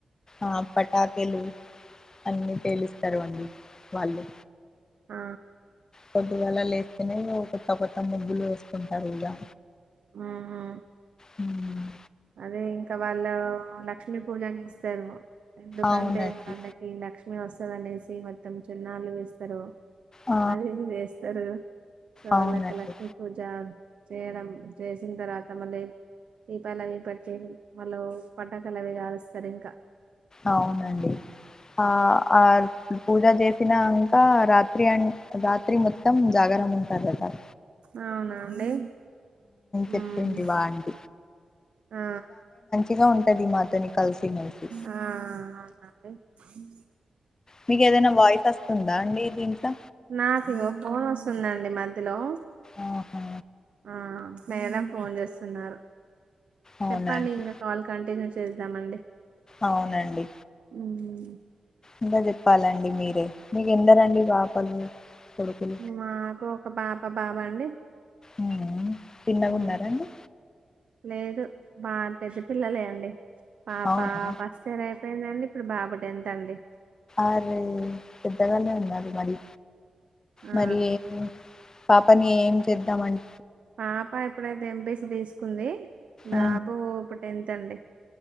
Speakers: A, on the left (about 30°); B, on the right (about 70°).
A: ఆ పట్ టాకీలు అన్నీ పేలుస్తారు అండి వాళ్ళు
B: ఆ
A: పొద్దుగాల లేస్తేనే ఒకొత్త కొత్త ముగ్గులు వేసుకుంటారు ఇగా
B: ఆహా
A: మ్మ్
B: అదే ఇంకా వాళ్ళు లక్ష్మీ పూజని చేస్తరు ఎందుకంటే
A: అవునండి
B: వాళ్ళ ఈ లక్ష్మీ వస్సది అనేసి మొత్తం తిరునాళ్లు వేస్తరు
A: ఆ
B: అది ఇది వేస్తరు సవాలెక్క
A: అవునండి
B: లక్కీ పూజ చేయడం చేసింతరువాత మళ్లీ ప్పయలు అవి పెట్టి మళ్ళు పటాకాయలు అవి కాలుస్తారు ఇంకా
A: అవునండి ఆ ఆ పూజ చేసినా ఆ రాత్రి అం రాత్రి మొత్తం జాగారం ఉంటాది అక్కడ
B: అవునా అండి మ్మ్
A: చెప్పింది మా ఆంటీ
B: ఆ
A: ఇగా ఉంటది మా తోని కలిసి మెలిసి
B: అవును అండి
A: మీకు ఏదైనా వాయిస్ వస్తుందా అండి దీంట్లో
B: నాకు ఇగ ఫోన్ వస్తుందండి మధ్యలో
A: ఆహా
B: ఆ మేడం ఫోన్ చేస్సున్నారు
A: అవునండి
B: చెప్పండి ఇంగా కాల్ కంటిన్యూ చేద్దామండి
A: అవునండి
B: ఉమ్
A: ఇంగా చెప్పాలండి మీరే మీకు ఎందరండి పాపలు కొడుకులు
B: మాకు ఒక పాప బాబు అండి
A: ఉమ్. చిన్నగా
B: ఆ
A: ఉన్నారండి
B: లేదు బా పెద్ద పిల్లలే అండి పాప
A: అవునా
B: ఫస్ట్ ఇయర్ అయిపోయిందండి ఇప్పుడు బాబు టెన్త్ అండి
A: అరే పెద్దగానే ఉన్నారు మరి
B: ఆ
A: మరేం పాపని ఏం చేద్దామని
B: పాప ఇప్పుడైతే ఎంపీసీ తీసుకుంది బాబు
A: ఉ
B: ఇప్పుడు టెన్త్ అండి